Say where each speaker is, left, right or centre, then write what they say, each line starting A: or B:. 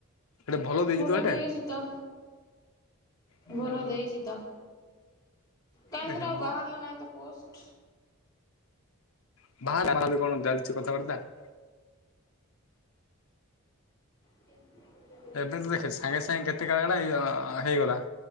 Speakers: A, on the left (about 75°); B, on the left (about 15°).
A: ହେଲେ ଦେଇଛି
B: ଭଲ
A: ତ ହେଟେ?
B: ଦେଇଚି ତ।
A: ହୁଁ
B: ଭଲ ଦେଇଚି ତ। କାଇଁ
A: ଦେଖେ
B: ସେଟା ଆଉ
A: ମୁଁ
B: ବାହାରଲା ନାହିଁ ତ ପୋଷ୍?
A: <inaudible>
B: <inaudible>
A: ଏବେ ତ ଦେଖେ, ସାଙ୍ଗେ ସାଙ୍ଗେ କେତେ କାରଣ ଇଏ ହେଇଗଲା।